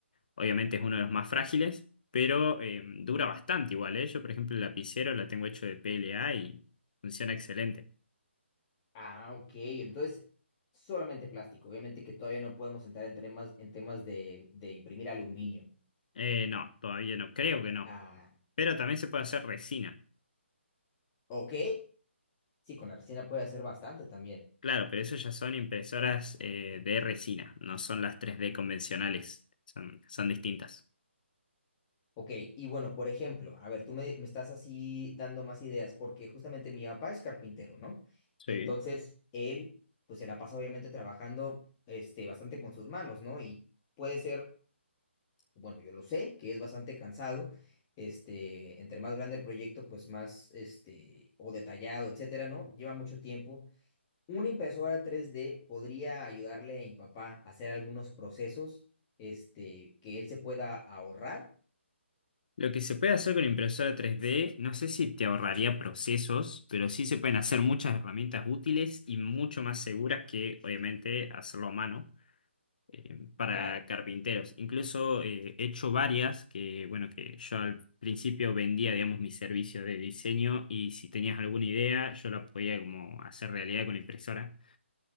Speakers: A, on the left (about 40°); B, on the left (about 15°).
A: obviamente es uno de los más frágiles, pero eh, dura bastante igual, ¿eh? Yo, por ejemplo, el lapicero la tengo hecho de PLA y funciona excelente.
B: Ah, ok, entonces solamente plástico. Obviamente que todavía no podemos entrar en temas, en temas de, de imprimir aluminio.
A: Eh, no, todavía no, creo que no.
B: Ah,
A: Pero también se puede hacer resina.
B: ok, sí, con la resina puede hacer bastante también.
A: Claro, pero eso ya son impresoras eh, de resina, no son las 3D convencionales, son, son distintas.
B: Ok, y bueno, por ejemplo, a ver, tú me, me estás así dando más ideas, porque justamente mi papá es carpintero, ¿no?
A: Sí.
B: Entonces, él, pues se la pasa obviamente trabajando, este, bastante con sus manos, ¿no? Y puede ser, bueno, yo lo sé, que es bastante cansado, este, entre más grande el proyecto, pues más, este, o detallado, etcétera, ¿no? Lleva mucho tiempo. Una impresora tres d podría ayudarle a mi papá a hacer algunos procesos, este, que él se pueda ahorrar.
A: Lo que se puede hacer con impresora 3D, no sé si te ahorraría procesos, pero sí se pueden hacer muchas herramientas útiles y mucho más seguras que, obviamente, hacerlo a mano eh, para
B: Claro.
A: carpinteros. Incluso eh, he hecho varias que, bueno, que yo al principio vendía, digamos, mi servicio de diseño y si tenías alguna idea, yo la podía como hacer realidad con la impresora.